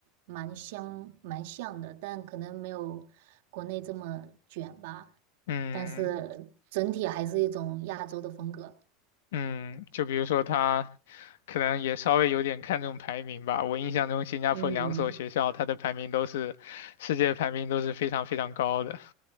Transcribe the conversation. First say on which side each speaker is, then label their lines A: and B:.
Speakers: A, on the right; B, on the left.
A: 蛮相蛮像的，但可能没有国内这么卷吧。
B: 嗯，
A: 但是整体还是一种亚洲的风格。
B: 嗯，就比如说他可能也稍微有点看重排名吧。我印象中，新加坡两所学校它的排名都是世界排名都是非常非常高的。
A: 嗯，